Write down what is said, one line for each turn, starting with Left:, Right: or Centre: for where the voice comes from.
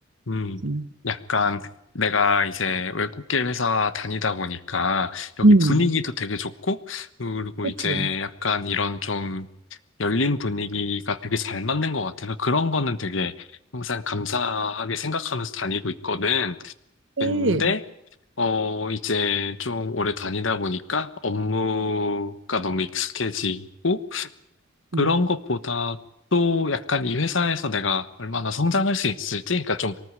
Left: 음,
Right: 음.
Left: 약간 내가 이제 외국계 회사 다니다 보니까 여기
Right: 음,
Left: 분위기도 되게 좋고, 그리고
Right: 그치.
Left: 이제 약간 이런 좀 열린 분위기가 되게 잘 맞는 것 같아서 그런 거는 되게 항상 감사하게 생각하면서 다니고 있거든.
Right: 일.
Left: 근데, 어, 이제 좀 오래 다니다 보니까 업무가 너무 익숙해지고, 그런
Right: 음.
Left: 것보다 또 약간 이 회사에서 내가 얼마나 성장할 수 있을지, 그러니까 좀